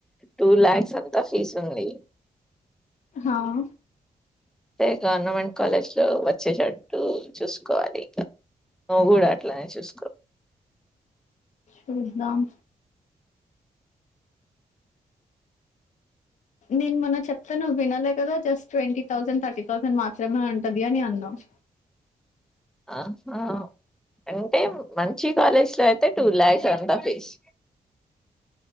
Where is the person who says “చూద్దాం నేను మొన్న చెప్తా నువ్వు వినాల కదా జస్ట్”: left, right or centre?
Left